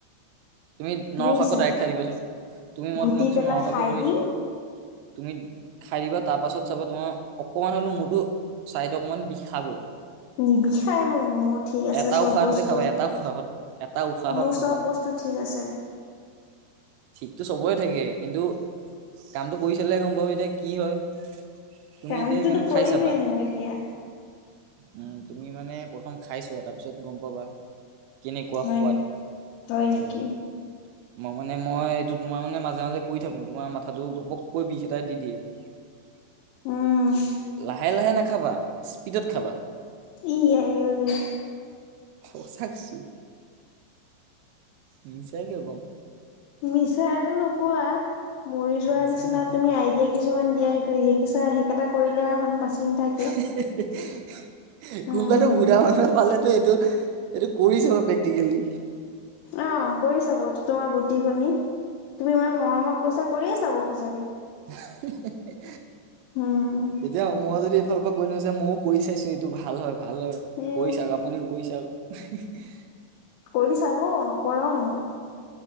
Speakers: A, on the right (about 80°); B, on the left (about 85°).
A: তুমি নৰসাকো
B: বুজিছা
A: আখ্যা দিবাচোন তুমি মই
B: ঘুটি
A: তোমাক কৈছো
B: পেলাই
A: নৰসাকো
B: খাই
A: তুমি।
B: দিম
A: - তুমি খাই দিবা তাৰ পাছত চাবা তোমাৰ অকণমান হ'লো মূৰটো চাইদ অকণমান বিষাব।
B: নিবিষাই মোৰ মোৰ ঠিক আছে
A: এটা
B: চব
A: উশাহতে
B: বস্তু
A: খাবা এটা উশাহত এটা উশাহত
B: মোৰ
A: খাবা
B: চব বস্তু। - তো ঠিক আছে
A: ঠিকতো চবৰে থাকে কিন্তু কামটো কৰি চালেহে গম পাবি তই কি হয় তুমি
B: কামটোতো
A: এতিয়া সেইকাৰণে
B: কৰিমেই
A: খাই চাবা।
B: মোৰ এতিয়া
A: উম, তুমি মানে প্ৰথম খাই ছোৱা তাৰ পিছত গম পাবা। কেনেকুৱা
B: হয়
A: সোৱাদ!
B: হয় নেকি
A: উম। মই মানে মই এইটো তোমাৰ মানে মাজে মাজে কৰি থাকো তোমাৰ মাথাটো ঘপককৈ বিষ এটাই দি দিয়ে। <unintelligible>
B: উম।
A: লাহে লাহে নাখাবা, স্পিদত খাবা।
B: কি আই অই
A: সঁচা কৈছো। মিচাকে কিয় কম।
B: মিছাটো নোকোৱা মৰি যোৱাৰ
A: মিছাই
B: নিচিনা
A: নকওঁ
B: তুমি আইডিয়া কিছুমান দিয়া শিকাইছা সেইকেইটা কৰিলে আৰু মানুহ বাচি নাথাকে।
A: <unintelligible>
B: উম
A: কোনোবাটো ভোদা মানুহে পালেটো এইটো এইটো কৰি চাব প্ৰেক্টিকেলি।
B: অ, কৰি চাব তো তোমাৰ বুদ্ধি শুনি। তুমি ইমান মৰমত কৈছা কৰিয়ে চাব সচাকে।
A: <unintelligible>
B: উম।
A: মই যদি এইফালৰ পৰা কৈ দিওঁ যে মইও কৰি চাইছো এইটো ভাল হয়, ভাল হয়
B: উম।
A: কৰি চাওক আপুনিও কৰি চাওক। <unintelligible>
B: কৰি চাব নকৰাও নহয়।